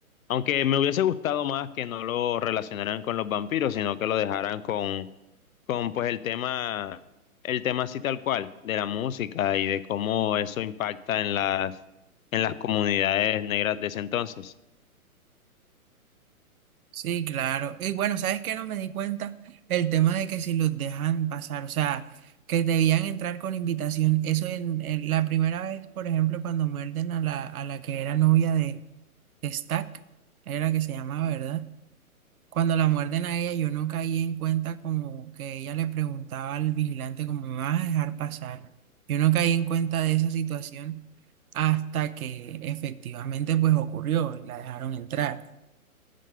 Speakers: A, on the left (about 65°); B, on the right (about 75°).
A: Aunque me hubiese gustado más que no lo relacionaran con los vampiros, sino que lo dejaran con, con pues el tema, el tema así tal cual, de la música y de cómo eso impacta en las, en las comunidades negras de ese entonces.
B: Sí, claro. Y bueno, ¿sabes qué? No me di cuenta el tema de que si los dejan pasar, o sea, que debían entrar con invitación. Eso en, en la primera vez, por ejemplo, cuando muerden a la, a la que era novia de, de Stack, era que se llamaba, ¿verdad? Cuando la muerden a ella, yo no caí en cuenta como que ella le preguntaba al vigilante como, ¿me vas a dejar pasar? Yo no caí en cuenta de esa situación hasta que efectivamente pues ocurrió, la dejaron entrar.